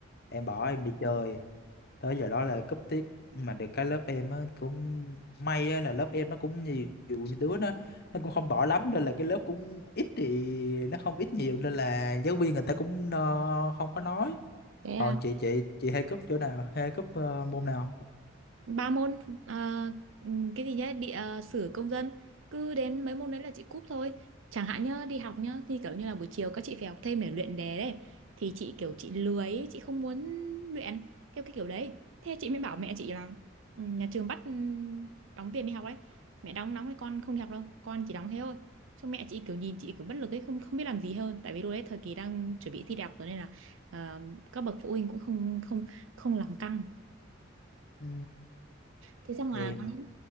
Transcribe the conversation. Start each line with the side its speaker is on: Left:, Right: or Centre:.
Left: em bỏ em đi chơi tới giờ đó là cúp tiết mà được cái lớp em á cũng may á, là lớp em nó cũng nhiều nhiều đứa nó nó cũng không bỏ lắm nên là cái lớp cũng ít thì nó không ít nhiều nên là giáo viên người ta cũng ờ, không có nói
Right: thế
Left: còn
Right: à,
Left: chị chị chị hay cúp chỗ nào hay cúp ờ, môn nào
Right: ba môn à, ừ, cái gì nhá, địa ờ, sử công dân cứ đến mấy môn đấy là chị cúp thôi. Chẳng hạn nhá, đi học nhá thì kiểu như là buổi chiều các chị phải học thêm để luyện đề đấy. Thì chị kiểu chị lười ấy, chị không muốn luyện theo cái kiểu đấy. Thế chị mới bảo mẹ chị là ừ, nhà trường bắt ừ, đóng tiền đi học đấy. Mẹ đóng nóng thì con không đi học đâu, con chỉ đóng thế thôi. Xong mẹ chị kiểu nhìn chị kiểu bất lực ấy, không không biết làm gì hơn. Tại vì lúc đấy thời kỳ đang chuẩn bị thi đại học rồi nên là ờ, các bậc phụ huynh cũng không không không làm căng
Left: ừ,
Right: thế xong là
Left: em
Right: có những